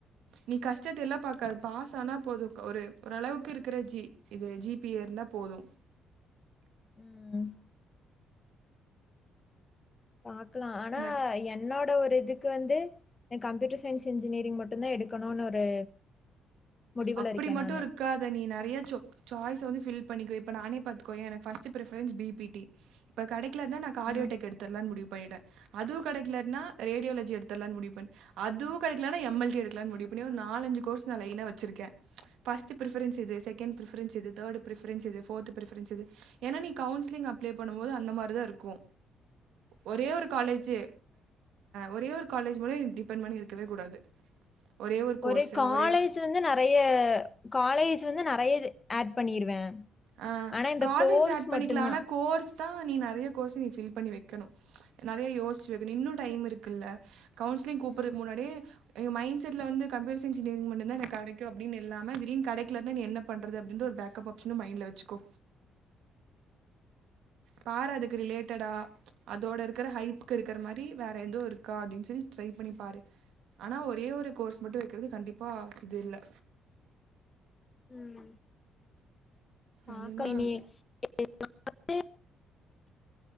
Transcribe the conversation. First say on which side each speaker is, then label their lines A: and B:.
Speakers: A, on the right; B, on the left.
A: நீ கஷ்டத்த எல்லாம் பாத் அது பாஸ் ஆனா போதும் ஒரு ஓரளவுக்கு இருக்கிற ஜி இது ஜிபிே இருந்தா போதும்
B: ம் பாக்கலாம் ஆனா
A: அந்த
B: என்னோட ஒரு இது இது வந்து கம்ப்யூட்டர் சயின்ஸ் இன்ஜினியரிங் மட்டும் தான் எடுக்கணும்னு ஒரு முடிவுல
A: அப்படி
B: இருக்கே
A: மட்டோ
B: நானு
A: இருக்காத நீ நிறைய சோ சாய்ஸ் வந்து பில் பண்ணிக்கும் இப்ப நானே பாத்துக்கோய எனக்கு first preference B B D இப்ப கடைக்கு கீழேர்ந்து நாஆடியோடக்
B: ம்
A: எடுத்துரலான் முடியும் போய்டு அதுவு கிடைகலன ரேடியலஜி எடுத்துல முடி அதுவும் கடிகலன எம்மசி எடுக்கலன்னு முடிவுபன்னிட்டேன் நாலு அஞ்சி கோர்ஸ் லயனா வச்சுிருக்கேன் பஸ்ட்ஃபரன்ஸ் எது செகண்ட்ரிஃரென்ஸ் எது தேர்டு ப்ரிஃரன்ஸ் எ து ஃபோர்த்து ஃப்ரன்ஸ் எ து ஏன்னா நீ கவுன்சிலிங் அப்ளை பண்ணும்போது அந்த மாரி தா இருக்கோ ஒரே ஒரு காலேஜ் ஒரே ஒரு காலேஜ் மூலோ டிபெண்ட் பண்ணி இருக்கவே கூடாது ஒரே
B: ஒரு
A: கோர்ஸு
B: காலேஜ்
A: ஒரே ஒரு
B: வந்து ந நெறைய காலேஜ் வந்து நெறைய இது அட் பண்ணிருவே
A: ஆ
B: ஆனா இந்த
A: காலேஜ்
B: கோர்ஸ்
A: ஆட் பண்ணிக்கலாம்
B: மட்டுந்தா
A: ஆனா கோர்ஸ் தான் நீ நெறைய கோர்ஸ் நீ பில்பண்ணி வைக இருக்கணும் நிறைய யோசிச்சு வைக்கணும் இன்னும் டைம் இருக்குல கவுன்சிலிங் கூப்பிடறது
B: ம்
A: முன்னாடியே எங்க மைண்ட செட்ல வந்து கம்ப்யூட்டர் சயின்ஸ் டிகிரி மட்டுதான் எனக்கு கிடைக்கும் அப்பனு இல்லாம திடீர்னு கிடைக்கலனா என்ன பண்றது என்ற அப்படின்ற பேக்கப் ஆப்ஷன் இன்னும் மைண்டில்க வச்சுக்கோ பாரு அதுக்கு ரிலேட்டடா அதோட இருக்கிற ஹைப்புக்கு இருக்குற மாரி வேற ஏதவும் இருக்கா அப்படின்னு சொல்லி ட்ரை பண்ணிப்பாரு ஆனா ஒரே ஒரு கோர்ஸ் மட்டும் வைக்கிறது கண்டிப்பா இது இல்ல
B: உம் பாக்கலா
A: அதுதான்
B: <unintelligible>